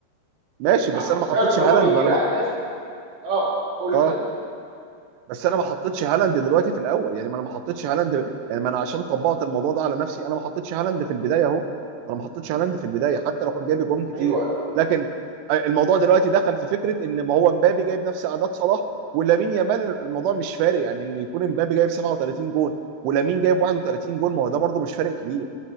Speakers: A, on the right; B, on the right.
A: ماشي
B: انت
A: بس
B: حطيت
A: انا
B: معيار
A: ما حطيتش
B: ان هو
A: هالاند
B: بيجيب
A: ما انا
B: اهداف
A: ما...
B: اه قول
A: اه
B: كده
A: بس انا ما حطيتش هالاند دلوقتي في الاول يعني ما انا ما حطيتش هالاند يعني ما انا عشان طبقت الموضوع ده على نفسي انا ما حطيتش هالاند في البدايه اهو ما انا ما حطيتش هالاند في البدايه حتى لو كان جايب جون كتير
B: ايوه
A: لكن آه، الموضوع دلوقتي دخل في فكره ان ما هو مبابي جايب نفس اعداد صلاح ولامين يامال الموضوع مش فارق يعني ان يكون مبابي جايب 37 جون ولامين جايب 31 جون ما هو ده برده مش فارق كبير